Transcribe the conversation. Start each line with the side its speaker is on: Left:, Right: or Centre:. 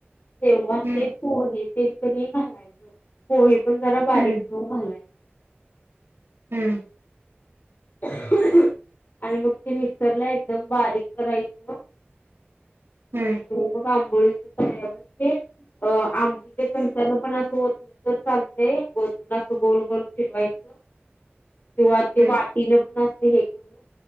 Left: तेव्हा ते
Right: हम्म
Left: पोहेत. ते कणी घालायच. होहे. पण जरा बारीक
Right: हम्म
Left: करून घालायच.
Right: हम्म.
Left: आणि मग ते मिक्सरला एकदम बारीक करायचं.
Right: हम्म
Left: हो मग पोळीच्या तव्यावरती अं आमटीच्या चमच्यानं पण अस ओतलं तर चालतय ओतून असं गोल गोल फिरवायच. किंवा ते
Right: हम्म
Left: वाटीन पण अ हे करून